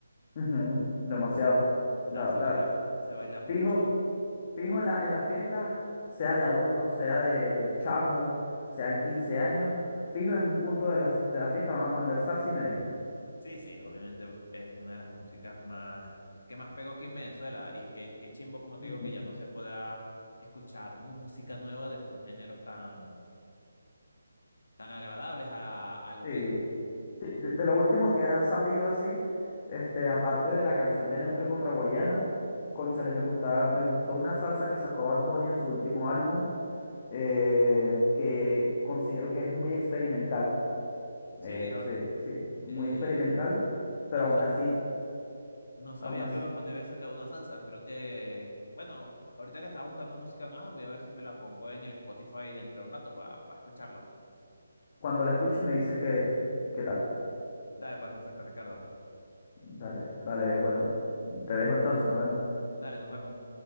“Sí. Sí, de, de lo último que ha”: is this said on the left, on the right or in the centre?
Left